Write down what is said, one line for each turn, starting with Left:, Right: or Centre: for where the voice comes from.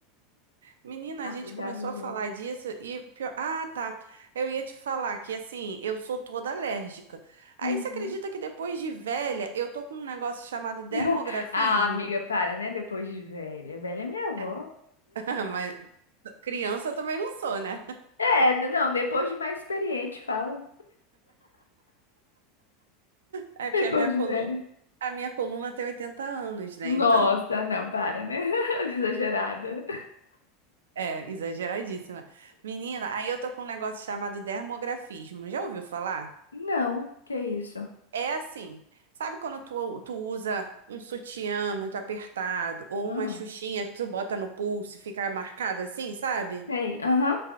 Right: menina,
Left: Ah,
Right: a gente
Left: cuidar
Right: começou
Left: dos
Right: a falar
Left: outros.
Right: disso e pior... Ah, tá. Eu ia te falar que assim, eu sou toda alérgica. Aí
Left: Uhum.
Right: você acredita que depois de velha, eu tô com um negócio chamado dermografismo?
Left: <laughs> Ah, amiga, para, né? Depois de velha. Velha é minha avó.
Right: É. <laughs> Mas criança eu também não sou, né?
Left: É, d- não, depois de mais experiente, fala.
Right: É
Left: Depois
Right: porque a minha
Left: de
Right: coluna,
Left: velho.
Right: a minha coluna tem 80 anos, né?
Left: Nossa,
Right: Então,
Left: não, para, né? <laughs> Exagerada.
Right: é exageradíssima. Menina, aí eu tô com um negócio chamado dermografismo. Já ouviu falar?
Left: Não, que isso?
Right: É assim, sabe quando tu, tu usa um sutiã muito apertado ou
Left: Ah,
Right: uma xuxinha que tu bota no pulso e fica marcado assim, sabe?
Left: sei. Aham.